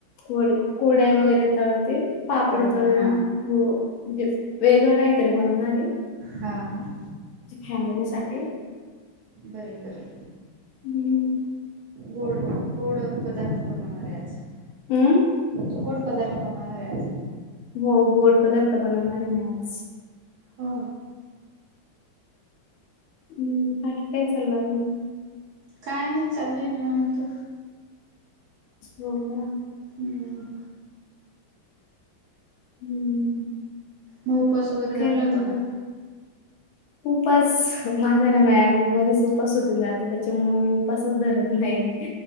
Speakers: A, on the left (about 80°); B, on the right (about 70°).
A: कुरड्या वगैरे. तळते, पापड
B: वगैरे
A: तळण
B: हा
A: हो. म्हणजे वेगळं काहीतरी बनवणार आहे.
B: हा. हा.
A: फॅमिली साठी
B: बर बर.
A: हम्म
B: गोड-गोड पदार्थ बनवणार आहे आज.
A: हम्म.
B: गोड पदार्थ बनवणार हाय आज.
A: हो गोड पदार्थ बनवणारे मी आज.
B: हो.
A: हम. बाकी काय चालय आजुन.
B: काय नाही चालय निवांत.
A: हो का.
B: ह.
A: हम्म.
B: मग उपवास वगैरे धरला
A: काय म्हणतात
B: होता का?
A: उपास माझा ना मॅम मधच उपास सुटून जातो. त्याच्यामुळे मी उपासच धरत नाही.